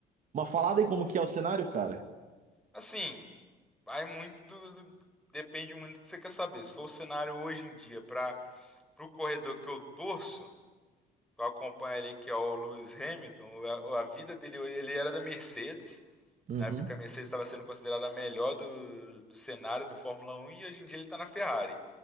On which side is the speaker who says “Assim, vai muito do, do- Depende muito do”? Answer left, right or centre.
Centre